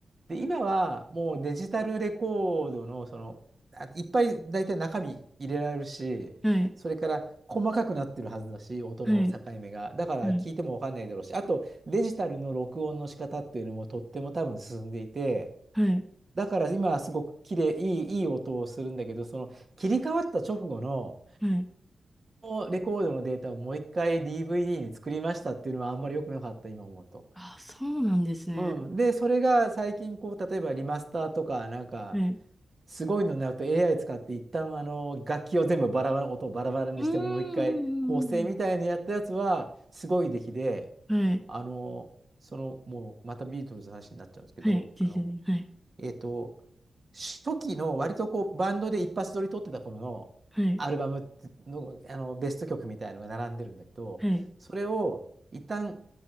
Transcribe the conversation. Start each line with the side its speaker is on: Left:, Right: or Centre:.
Right: で、今はもうデジタルレコードの、その、あいっぱい大体中身入れられるし、
Centre: はい。
Right: それから細かくなってるはずだし、音の境目が。
Centre: はい。
Right: だから聞いてもわかんないだろうし、
Centre: はい。
Right: あとデジタルの録音の仕方っていうのもとっても多分進んでいて、
Centre: はい。
Right: だから今はすごく綺麗、いい、いい音をするんだけど、その切り替わった直後の、
Centre: はい。
Right: このレコードのデータをもう一回 DVD に作りましたっていうのはあんまり良くなかった、今思うと。
Centre: あ、そうなんですね。
Right: うん。で、それが最近、こう、例えばリマスターとか、なんか、
Centre: はい。
Right: すごいのになると AI 使って、一旦、あの、楽器を全部バラバラ、音をバラバラにして、
Centre: うーん。うんうんうん
Right: もう一回構成みたいなやったやつは、すごい出来で、
Centre: はい。
Right: あの、その、もう、またビートルズの話になっちゃうんですけど、
Centre: はい。ですね。
Right: あの、
Centre: はい。
Right: えっと、初期の割とこうバンドで一発撮り撮ってた頃のアルバムの、
Centre: はい。
Right: あのベスト曲みたいのが並んでるんだけど、
Centre: はい。
Right: それを一旦